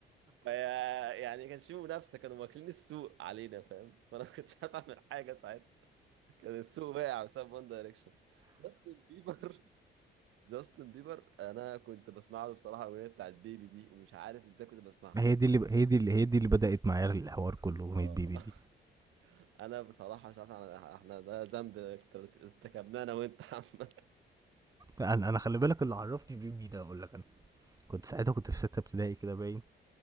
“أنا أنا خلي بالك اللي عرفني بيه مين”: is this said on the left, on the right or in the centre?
Right